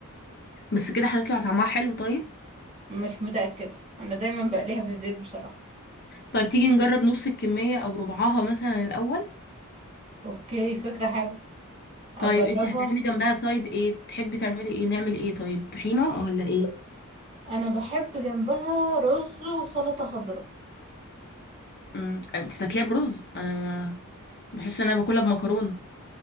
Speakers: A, on the left (about 50°); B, on the right (about 30°).
A: بس كده هتطلع طعمها حلو طيب
B: مش متأكدة انا دايما بقليها في الزيت بصراحة
A: طيب تيجي نجرب نص الكمية او ربعها مثلا الاول
B: اوكي فكرة حلوة اجربها
A: طيب انت هتعملي جنبها سايد ايه تحبي تعملي ايه نعمل ايه طيب طحينة ولا ايه
B: انا بحب جنبها رز وسلطة خضراء
A: امم انت تاكليها برز انا ما- بحس ان انا باكلها بمكرونة